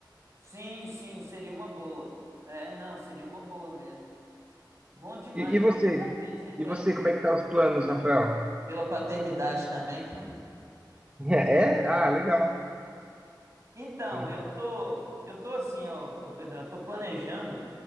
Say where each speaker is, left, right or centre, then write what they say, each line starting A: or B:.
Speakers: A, on the right; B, on the right.
A: Sim, sim, seria uma boa. É, não, seria uma boa mesmo. Bom demais.
B: E, e você?
A: Parabéns aí pro-
B: E você, como é que tá os planos, Rafael? <laughs>
A: pela paternidade também.
B: É?
A: <laughs>
B: Ah, legal.
A: Então,
B: Hum,
A: eu tô, eu tô assim, ó, ô Pedrão, eu tô planejando